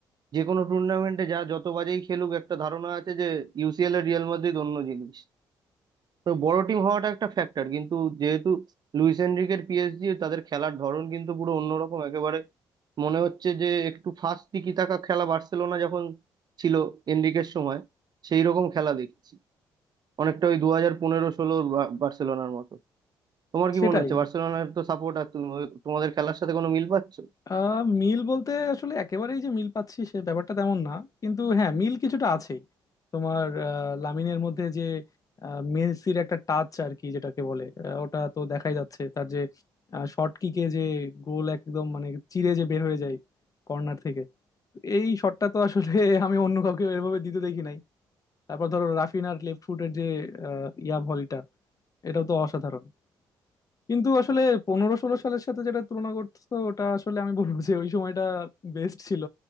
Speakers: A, on the right; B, on the left.
A: যে কোনো টুর্নামেন্টে যা যত বাজেই খেলুক একটা ধারণা আছে যে ইউসিএল এর রিয়াল মাদ্রিদ অন্য জিনিস তো বড় টিম হওয়াটা একটা ফ্যাক্টর কিন্তু যেহেতু লুইস এনরিকের পিএসজি তাদের খেলার ধরন কিন্তু পুরো অন্যরকম একেবারে মনে হচ্ছে যে একটু ফাস্ট টিকি টাকা খেলা বার্সেলোনা যখন ছিল এনরিকের সময় সেই রকম খেলা দেখছি অনেকটা ওই দু হাজার পনেরো ষোলোর বার্সেলোনার মতো তোমার কি
B: সেটাই
A: মনে হচ্ছে বার্সেলোনার তো সাপোর্টার তুমি তোমাদের খেলার সাথে কোনো মিল পাচ্ছ
B: আহ মিল বলতে আসলে একেবারেই যে মিল পাচ্ছি সে ব্যাপারটা তেমন না কিন্তু হ্যাঁ মিল কিছুটা আছেই তোমার আহ, লামিনের মধ্যে যে আহ, মেসির একটা টাচ আর কি যেটাকে বলে আহ, ওটা তো দেখাই যাচ্ছে তার যে শর্ট কিকে যে গোল একদম মানে চিরে যে বের হয়ে যায় কর্নার থেকে এই শটটা তো আসলে <laughs> আমি অন্য কাউকে এভাবে দিতে দেখি নাই তারপর ধরো রাফিনার লেফট ফুটের যে আহ, ইয়া ভলিটা এটাও তো অসাধারণ কিন্তু আসলে পনেরো ষোলো সালের সাথে যেটা তুলনা করতেছো ওটা আসলে আমি বলবো যে ওই সময়টা বেস্ট ছিল